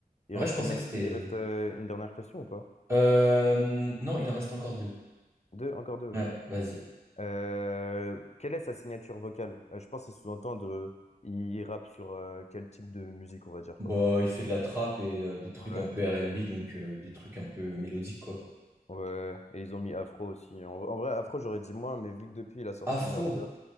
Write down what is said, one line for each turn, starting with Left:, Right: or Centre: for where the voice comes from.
Left: Il
Right: En
Left: reste
Right: vrai, je pensais
Left: combien...
Right: que c'était.
Left: Il reste euh, une dernière question ou pas?
Right: Euh, n- non, il en reste encore deux.
Left: Deux? Encore deux? Ok,
Right: Ouais,
Left: ouais.
Right: vas-y.
Left: Euh, Quelle est sa signature vocale? Euh, je pense qu'il sous-entend de. Il rappe sur euh, quel type de musique, on va dire, quoi.
Right: Bah, il fait de la trappe et euh, des trucs
Left: Ouais.
Right: un peu R&B, donc euh, des trucs un peu mélodiques, quoi.
Left: Ouais, et ils ont mis Afro aussi. En, en vrai, Afro, j'aurais dit moins, mais vu que depuis, il a sorti
Right: Afro.
Left: Murder.